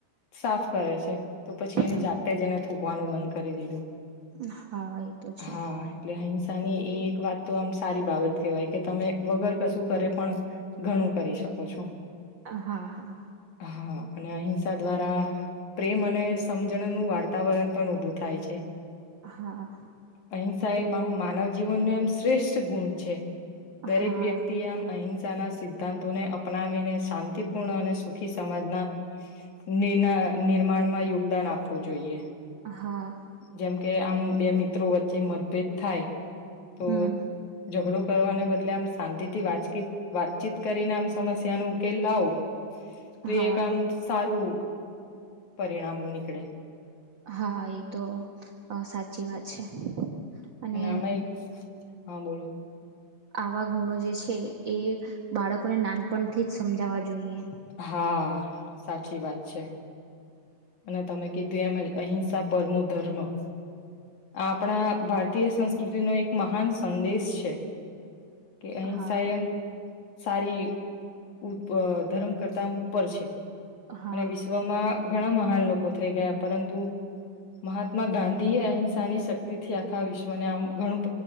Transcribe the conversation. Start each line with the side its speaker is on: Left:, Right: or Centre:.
Left: સાફ કરે છે. તો પછી એની
Right: હમ
Left: જાતે જ એને થુકવાનું બન કરી દીધું.
Right: હા એ તો છે
Left: હા એટલે હેન તને એ એક વાત તો આમ સારી બાબત કહેવાય. કે તમે વગર કશું કરે પણ ઘણું કરી શકો છો.
Right: હા હા.
Left: હા અને અહિંસા દ્વારા પ્રેમ અને સમજણનું વાર્તાવરણ પણ ઊભું થાય છે.
Right: હા.
Left: અહિંસા એમ આમ માનવ જીવન નુ એમ શ્રેષ્ઠ ગુણ છે. દરેક
Right: હા
Left: વ્યક્તિ આમ અહીં સા ના સીધ દ્ધાંતોને અપનાવીને શાંતિપૂર્ણ અને સુખી સમાજના નિન નિર્માણ માં યોગ દાન આપવું જોઈએ.
Right: હા
Left: જેમ કે આમ બે મિત્રો કે મત ભેદ થાય તો
Right: હમ
Left: ઝગડો કરવા અને બદલે આમ શાંતિ થી વાસકી વાતષિત કરીને આમ સમસ્યા નો ઉકેલ લાવો તો
Right: હા
Left: એક કામ સારું પરિણામ નીકળે
Right: હા એ તો સાચી વાત છે,
Left: <unintelligible>
Right: અને આવા ગુણો જે છે, એ બાળકોને નાનપણથી જ સમજાવવા જોઈએ,
Left: હા સાચી વાત છે, અને તમે કીધું એમ અહિંસા પરમો ધર્મ આ આપણા ભારતીય સંસ્કૃતિનો એક મહાન સંદેશ છે, કે અહિંસા
Right: હા
Left: એમ સારી ઉપર કરતા ઉપર છે
Right: હા
Left: અને વિશ્વમાં ઘણા મહાન લોકો થઈ ગયા પરંતુ મહાત્મા ગાંધી એ અહિંસાની શક્તિથી આખા વિશ્વને આમ ઘણું